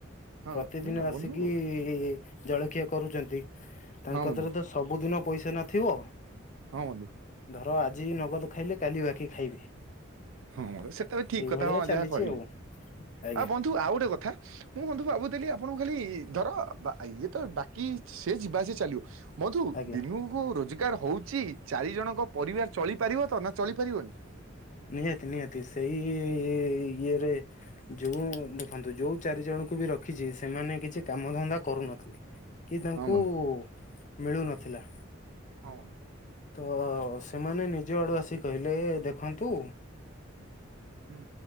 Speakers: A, on the right; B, on the left.
A: ହଁ
B: ପ୍ରତିଦିନ
A: ମାନେ ନା
B: ଆସିକି
A: ବନ୍ଧୁ
B: ଜଳଖିଆ କରୁଛନ୍ତି, ତାଙ୍କ
A: ହଁ ବନ୍ଧୁ
B: ରେ ତ ସବୁଦିନ ପଇସା ନଥିବ।
A: ହଁ ବନ୍ତୁ <unintelligible>
B: ଧର ଆଜି ନଗଦ ଖାଇଲେ, କାଲି ବାକି ଖାଇବେ।
A: ହଁ <unintelligible> ସେଟା ବି ଠିକ
B: ଏଇଭଳିଆ
A: କଥା ହ
B: ଚାଲିଛି
A: ଯାହା କହିଲେ।
B: ଆଉ ଆଜ୍ଞା
A: ଆଉ ବନ୍ଧୁ ଆଉ ଗୋଟେ କଥା, ମୁଁ ବନ୍ଧୁ ଭାବୁଥିଲି ଆପଣଙ୍କୁ କହିଲ ଧର, ଇଏ ତ ବାକି ସେ ଯିବା ସେ ଚାଲିବ ବନ୍ଧୁ
B: ଆଜ୍ଞା।
A: ଦିନୁକୁ ରୋଜଗାର ହଉଛି ଚାରି ଜଣଙ୍କ ପରିବାର ଚଳିପାରିବ ତ ନା ଚଳି ପାରିବନି?
B: ନିହାତି, ନିହାତି, ସେଇ ଇଏରେ ଯୋଉ ଦେଖନ୍ତୁ ଯୋଉ ଚାରି ଜଣଙ୍କୁ ବି ରଖିଛି, ସେମାନେ କିଛି କାମ ଧନ୍ଦା କରୁନଥିଲେ। କି ତାଙ୍କୁ
A: ହଁ ବନ୍ଧୁ
B: ମିଳୁନଥିଲା।
A: ହଁ ବନ୍ଧୁ।
B: ତ ସେମାନେ ନିଜ ଆଡୁ ଆସିିକି କହିଲେ, ଦେଖନ୍ତୁ
A: ହୁଁ